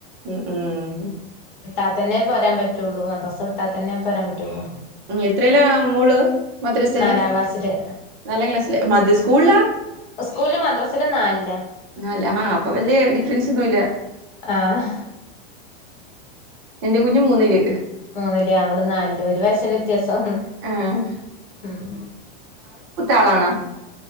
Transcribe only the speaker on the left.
അതന്നെപ്പോ പറയാൻ പറ്റുള്ളൂ തൊട്ടാൽ തന്നെ പറയാൻ പറ്റുള്ളൂ
നാലാം ക്ലാസ്സില്
സ്കൂളില് മദ്രസില് നാലിലാ
ആഹ
മൂന്നില് അവള് നാലില് ഒരു വയസിന്റെ വ്യത്യാസം
ആം